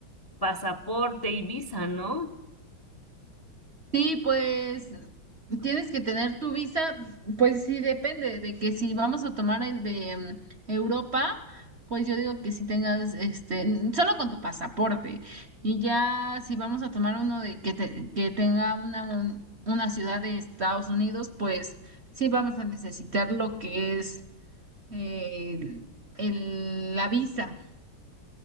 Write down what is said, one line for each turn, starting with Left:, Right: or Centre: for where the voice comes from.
Left: pasaporte y visa, ¿no?
Right: Sí, pues tienes que tener tu visa, pues sí depende de que si vamos a tomar el de mm, Europa, pues yo digo que si tengas este, n- solo con tu pasaporte y ya si vamos a tomar uno de que te- que tenga una un- una ciudad de Estados Unidos, pues sí vamos a necesitar lo que es eh, el, la visa.